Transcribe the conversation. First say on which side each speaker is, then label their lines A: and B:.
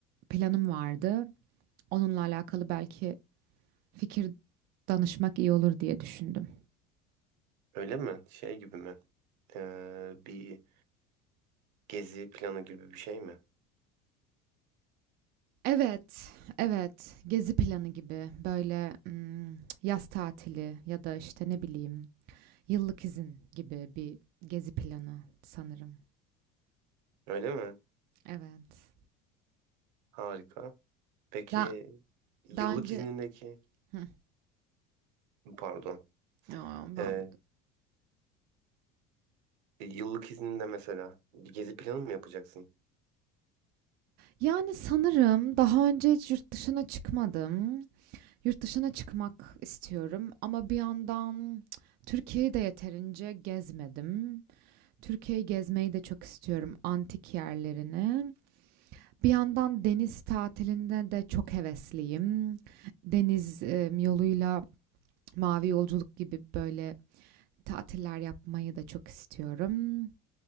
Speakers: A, on the right; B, on the right.
A: planım vardı. Onunla alakalı belki fikir danışmak iyi olur diye düşündüm.
B: Öyle mi? Şey gibi mi? Ee, bir gezi planı gibi bir şey mi?
A: Evet, evet. Gezi planı gibi böyle hmm, yaz tatili ya da işte ne bileyim Yıllık izin gibi bir gezi planı sanırım.
B: Öyle mi?
A: Evet.
B: Harika. Peki
A: Daha,
B: yıllık
A: daha önce
B: iznindeki,
A: Hı,
B: pardon,
A: ya ben
B: Ee, yıllık izninde mesela bir gezi planı mı yapacaksın?
A: yani sanırım daha önce hiç yurt dışına çıkmadım. Yurt dışına çıkmak istiyorum ama bir yandan cık, Türkiye'yi de yeterince gezmedim. Türkiye'yi gezmeyi de çok istiyorum, antik yerlerini. Bir yandan deniz tatiline de çok hevesliyim. Deniz em, yoluyla Mavi Yolculuk gibi böyle tatiller yapmayı da çok istiyorum.